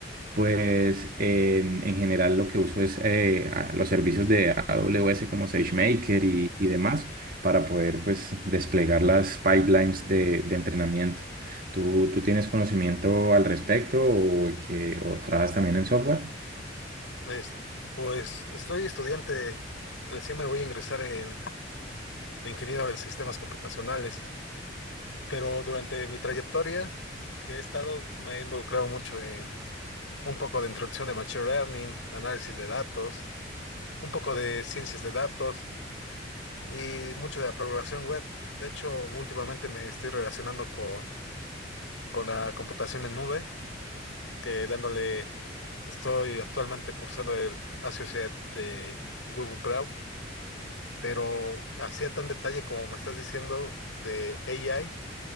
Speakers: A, on the right; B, on the left.
A: Pues en, en general lo que uso es eh, a- los servicios de AWS como SageMaker y, y demás para poder pues desplegar las pipelines de, de entrenamiento. ¿Tú, tú tienes conocimiento al respecto o, que, o trabajas también en software?
B: Es- pues estoy estudiante, recién me voy a ingresar en de ingeniero en sistemas computacionales. Pero durante mi trayectoria que he estado, me he involucrado mucho en un poco de introducción de Machine Learning, análisis de datos, un poco de ciencias de datos y mucho de la programación web. De hecho, últimamente me estoy relacionando con, con la computación en nube, que dándole, estoy actualmente cursando el Associate de Google Cloud, pero hacía tan detalle como me estás diciendo de AI.